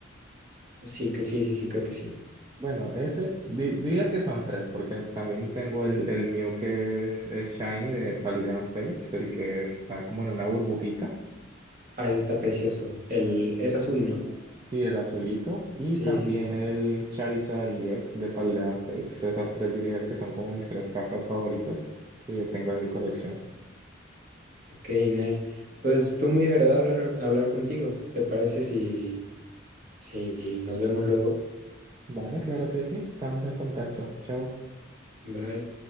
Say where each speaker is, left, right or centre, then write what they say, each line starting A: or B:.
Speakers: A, on the right; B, on the right.
A: Sí, que sí, sí, sí, creo que sí.
B: Bueno, ese di- diría que son tres, porque también tengo el, el Mew que es, es Shiny de Paldean Fates, el que está como en una burbujita,
A: Ah, ese está precioso. El, es azul, ¿no?
B: sí, el azulito, y
A: Sí,
B: también
A: sí, sí.
B: el Charizard EX de Paldean Fates. Esas tres diría que son como mis tres cartas favoritas que tengo en mi colección.
A: Ok, nice. Pues fue muy agradable hablar, hablar contigo. ¿Te parece si, si nos vemos luego?
B: Vale, claro que sí. Estamos en contacto. Chao.
A: Bye.